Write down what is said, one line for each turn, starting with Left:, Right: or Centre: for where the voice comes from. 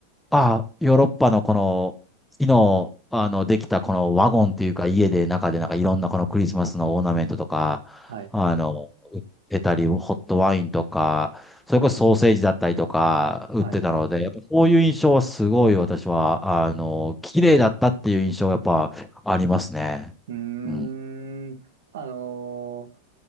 Centre: あ、ヨーロッパのこの、木の、あの、できたこのワゴンっていうか、家で中でなんかいろんなこのクリスマスのオーナメントとか、
Right: はい、
Centre: あの、売ってたり、ホットワインとか、それこそソーセージだったりとか、売ってたので、
Right: はい。
Centre: やっぱそういう印象はすごい私は、あの、綺麗だったっていう印象がやっぱありますね。
Right: うーん。
Centre: うん。
Right: あのー